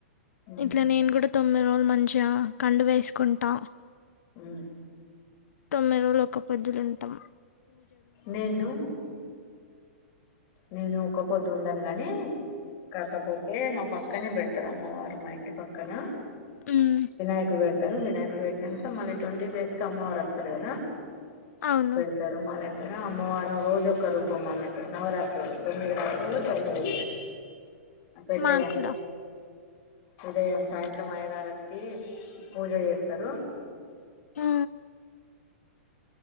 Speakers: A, on the left (about 30°); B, on the left (about 90°).
A: ఉమ్
B: ఇట్లా నేను కూడా తొ మ్మిది రోజులు మంచిగా కండువ ఏసుకుంటా
A: ఉమ్
B: తొమ్మిది రోజులు ఒక పొద్దులు ఉంటాం
A: నేను నేను ఒక పొద్దు దుండను గాని కాకపోతే మా పక్కనే పెడతారు అమ్మవారు మా ఇంటి పక్కన
B: మ్
A: వినాయకుడు పెడతారు వినాయకుడు పెట్టినాక మళ్ళీ ట్వంటీ డేస్ కి అమ్మవారు వస్తారు కదా
B: అవును
A: పెడతారు మళ దగ్గర అమ్మవారు రోజొక్క రూపం అన్నట్ నవరాత్రులు తొమ్మిది రాత్రులు తొమ్మిది పెట్టడం
B: మాకు కూడా
A: ఉదయం సాయంత్రం అయగారుచ్చి పూజ చేస్తారు
B: ఆ